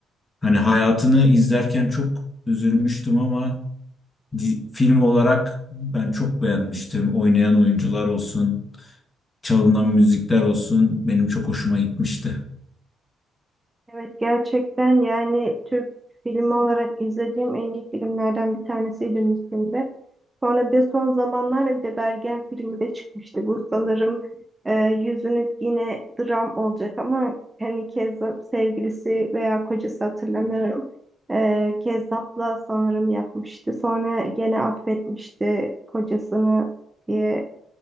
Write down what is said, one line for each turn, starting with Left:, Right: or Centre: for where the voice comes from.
Left: hani hayatını izlerken çok üzülmüştüm ama di- film olarak ben çok beğenmiştim. Oynayan oyuncular olsun, çalınan müzikler olsun benim çok hoşuma gitmişti.
Right: Evet gerçekten yani Türk filmi olarak izlediğim en iyi filmlerden bir tanesiydi Müslüm'de. Sonra bir de son zamanlarda bir de Bergen filmi de çıkmıştı. Bu sanırım e, yüzünü yine dram olacak ama hani Kezzap sevgilisi veya kocası hatırlamıyorum. E, Kezzap'la sanırım yapmıştı. Sonra gene affetmişti kocasını diye